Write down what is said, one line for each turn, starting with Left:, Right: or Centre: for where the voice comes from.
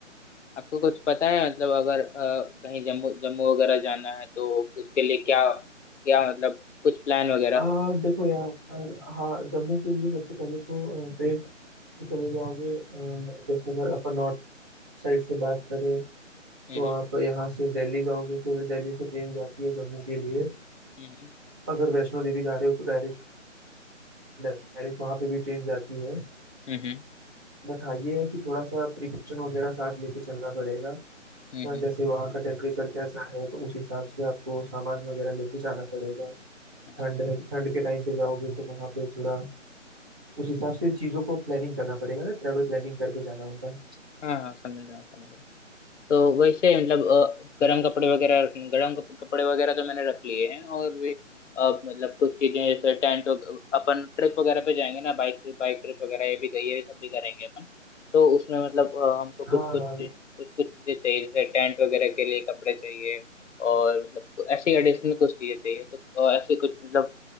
Left: आपको कुछ पता है मतलब अगर अ, कहीं जम्मू जम्मू वगैरह जाना है तो उसके लिए क्या क्या मतलब कुछ प्लान वगैरह
Right: आ, देखो यार हाँ जम्मू के लिए सबसे पहले तो ट्रेन से चले जाओगे अ, जैसे अगर अपन नॉर्थ साइड से बात करें तो
Left: हम्म
Right: आप यहाँ से दिल्ली जाओगे फिर दिल्ली से ट्रेन जाती है जम्मू के लिए
Left: हम्म
Right: अगर वैष्णो देवी जा रहे हो तो डायरेक्ट डायरेक्ट वहाँ पे भी ट्रेन जाती है
Left: हम्म
Right: बट हाँ ये है कि थोड़ा सा प्रिकॉशन वगैरह साथ लेके चलना पड़ेगा
Left: हम्म
Right: हाँ,
Left: हम्म,
Right: जैसे वहाँ का टेम्परेचर कैसा है तो उस हिसाब से आपको सामान वगैरह लेके जाना पड़ेगा
Left: हाँ
Right: ठंड है ठंड के टाइम पे जाओगे तो वहाँ पे थोड़ा उस हिसाब से चीज़ों को प्लानिंग करना पड़ेगा ना ट्रैवल प्लानिंग करके जाना होगा
Left: हाँ हाँ समझ रहा हूँ समझ रहा हूँ तो वैसे मतलब अ, गर्म कपड़े वगैरह रख गर्म कप- कपड़े वगैरह तो मैंने रख लिए हैं और भी अ, मतलब कुछ चीजें जैसे टेंट अपन ट्रिप वगैरह पे जाएंगे ना बाइक ट्रिप बाइक ट्रिप वगैरह ये भी गई है ये सब भी करेंगे अपन तो उसमें मतलब अ, हमको कुछ
Right: हाँ
Left: कुछ
Right: हाँ
Left: कुछ कुछ चीजें चाहिए जैसे टेंट वगैरह के लिए कपड़े चाहिए और मतलब ऐसी एडिशनल कुछ चीजें चाहिए तो अ, ऐसे कुछ मतलब